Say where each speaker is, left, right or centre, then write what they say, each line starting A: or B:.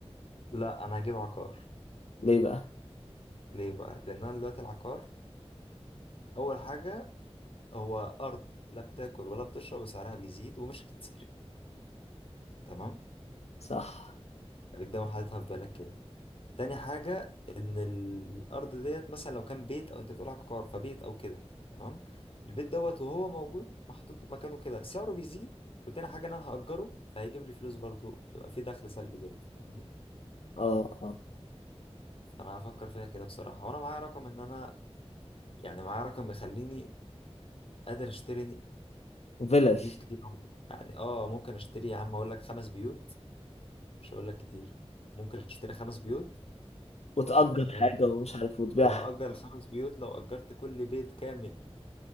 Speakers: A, on the left (about 55°); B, on the left (about 70°).
A: لا أنا هجيب عقار
B: ليه بقى
A: ليه بقى؟ لأن أنا دلوقتي العقار أول حاجة هو أرض لا بتاكل ولا بتشرب وسعرها بيزيد ومش هتتسرق تمام
B: صح
A: خليك دايما حاططها في بالك كده تاني حاجة إن الأرض ديت مثلا لو كان بيت أو أنت بتقول عقار فبيت أو كده تمام البيت دوت وهو موجود محطوط مكانه كده سعره بيزيد وتاني حاجة إن أنا هأجره فهيجيب لي فلوس برضو هيبقى في دخل سلبي جاي فاهمني
B: اه اه
A: فأنا هفكر فيها كده بصراحة وأنا معايا رقم إن أنا يعني معايا رقم بيخليني قادر أشتري
B: فيلل
A: بيوت كتير أوي. يعني اه ممكن اشتري يا عم اقول لك خمس بيوت مش هقول لك كتير ممكن اشتري خمس بيوت
B: وتأجر
A: آه،
B: حاجه ومش عارف وتبيعها
A: وهأجر الخمس بيوت لو أجرت كل بيت كامل